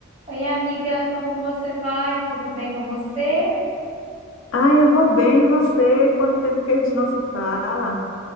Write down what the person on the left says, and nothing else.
Ah, eu vou bem, e você? Quanto tempo que a gente não se fala?